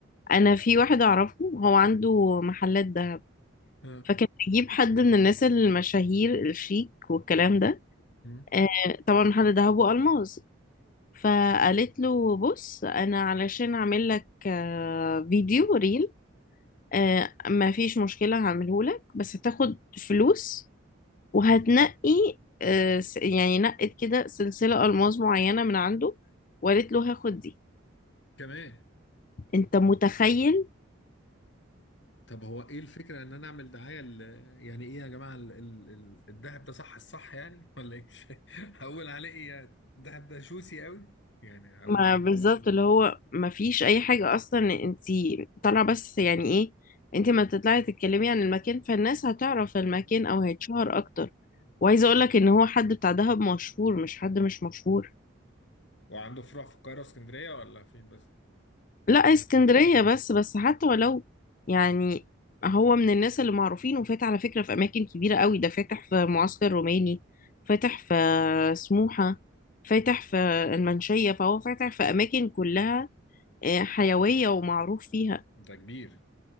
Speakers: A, on the left; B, on the left.
A: انا في واحد اعرفه هو عنده محلات دهب
B: اه
A: فكان بيجيب حد من الناس المشاهير الشيك والكلام ده
B: مم.
A: آه طبعا محل دهب والماس فقالت له بص انا علشان اعمل لك آه فيديو ريل آه ما فيش مشكلة هعمله لك بس هتاخد فلوس وهتنقي آه، س- يعني نقت كده سلسلة ألماس معينة من عنده وقالت له هاخد دي
B: كمان
A: انت متخيل
B: طب هو ايه الفكره ان انا اعمل دعايه ل... يعني ايه يا جماعه ال... ال... ال- الدهب ده صح الصح يعني ولا ايه <laughs> هقول عليه ايه يعني الدهب ده شوسي قوي يعني هقول
A: ما
B: إيه؟
A: بالظبط اللي هو ما فيش اي حاجة اصلا انت طالعة بس يعني ايه انت ما تطلعي تتكلمي عن المكان فالناس هتعرف المكان او هيتشهر اكتر وعايزة اقولك ان هو حد بتاع دهب مشهور مش حد مش مشهور
B: وعنده فروع في القاهرة واسكندرية ولا فين بس؟
A: لا اسكندرية بس بس حتى ولو يعني هو من الناس اللي معروفين وفات على فكرة في أماكن كبيرة قوي ده فاتح في معسكر روماني فاتح في سموحة فاتح في المنشية فهو فاتح في أماكن كلها آه، حيوية ومعروف فيها
B: ده كبير